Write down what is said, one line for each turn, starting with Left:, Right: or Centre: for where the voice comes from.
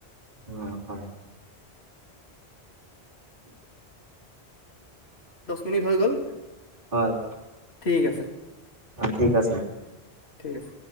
Right: অ হয়
Left: তুমি থৈ গ'ল।
Right: হয়
Left: ঠিক আছে
Right: ঠিক আছে
Left: ঠিক আছে